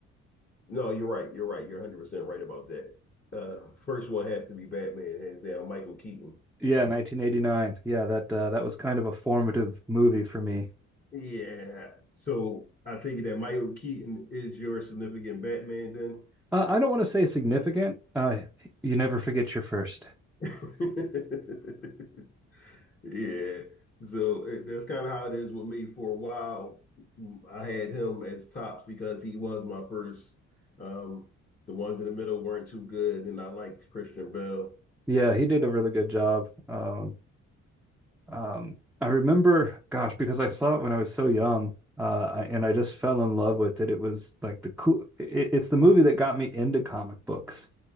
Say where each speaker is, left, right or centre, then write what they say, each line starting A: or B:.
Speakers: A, on the left; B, in the centre.
A: No, you're right. You're right. You're 100% right about that. Uh, first one has to be Batman, hands down, Michael Keaton.
B: Yeah, 1989. Yeah, that uh, that was kind of a formative movie for me.
A: Yeah. So I take it that Michael Keaton is your significant Batman then?
B: Uh, I don't want to say significant. Uh, you never forget your first.
A: <laughs> Yeah. So it- that's kind of how it is with me. For a while, mm, I had him as tops because he was my first. Um, the ones in the middle weren't too good, and I liked Christian Bale.
B: Yeah, he did a really good job. Um, um, I remember, gosh, because I saw it when I was so young, uh, I- and I just fell in love with it. It was like the cool. It, it's the movie that got me into comic books.